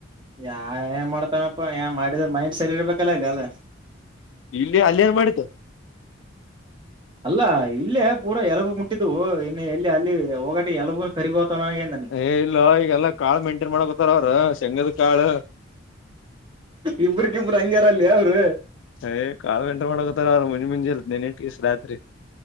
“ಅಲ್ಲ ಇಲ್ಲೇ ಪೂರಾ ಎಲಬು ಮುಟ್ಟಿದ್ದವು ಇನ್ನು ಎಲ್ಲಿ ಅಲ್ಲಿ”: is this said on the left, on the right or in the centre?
Right